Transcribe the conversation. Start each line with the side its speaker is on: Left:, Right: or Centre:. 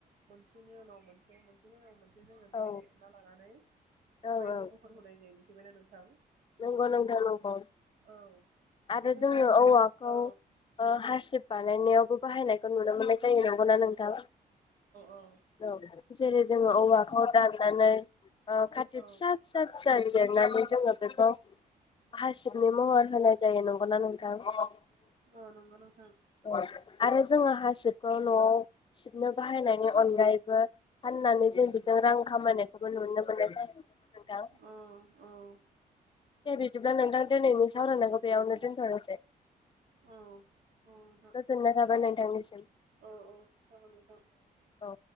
Right: उनाव मोनसे मोनसेनि उनाव मोनसे जोङो बेखौ
Left: औ
Right: हेबना लानानै
Left: औ
Right: खबाइनि महर होनाय जायो बि थिबायना नोंथां?
Left: नंगौ नंथां नंगौ
Right: औ
Left: आरो
Right: बेबायदिनो
Left: जोङो औवाखौ
Right: औ
Left: ओ हारसिब बानायनायावबो बाहायनायखौ नुनो मोननाय जायो नंगौना नोंथा?
Right: औ
Left: औ जेरै जोङो
Right: औ
Left: औवाखौ दाननानै ओ खाथि
Right: औ
Left: फिसा फिसा <unintelligible> जोंङो बेखौ हासिबनि महर होनाय जायो नंगौना नोंथां? <unintelligible>
Right: औ नंगौ नोंथां।
Left: औ आरो जोङो हासिबखौ न'आव सिबनो बाहायनायनि अनगायैबो फाननानै जों बेजों रां खामायनायखौबो नुनो मोननाय जायो। नोंथां
Right: औ औ
Left: दे बिदिब्ला नोंथां दोनैनि सावरायनायखौ बेयावनो दोनथनोसै
Right: औ नोंथां
Left: गोजोननाय थाबाय नों <unintelligible>
Right: औ औ जागोन नोंथां।
Left: औ